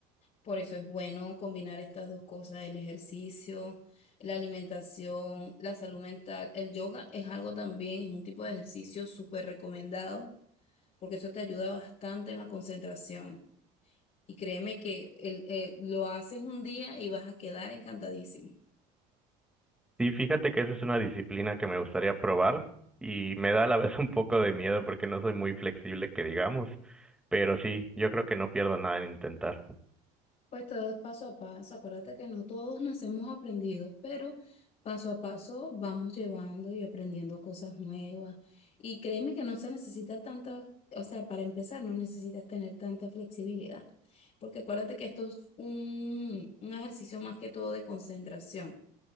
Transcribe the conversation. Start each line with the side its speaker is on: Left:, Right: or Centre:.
Left: Por eso es bueno combinar estas dos cosas, el ejercicio, la alimentación, la salud mental. El yoga es algo también, es un tipo de ejercicio súper recomendado, porque eso te ayuda bastante en la concentración. Y créeme que el- eh, lo haces un día y vas a quedar encantadísimo.
Centre: Sí, fíjate que esa es una disciplina que me gustaría probar y me da a la vez un poco de miedo porque no soy muy flexible, que digamos, pero sí, yo creo que no pierdo nada en intentar.
Left: Pues todo es paso a paso. Acuérdate que no todos nacemos aprendidos, pero paso a paso vamos llevando y aprendiendo cosas nuevas. Y créeme que no se necesita tanta, o sea, para empezar, no necesitas tener tanta flexibilidad, porque acuérdate que esto es un, un ejercicio más que todo de concentración,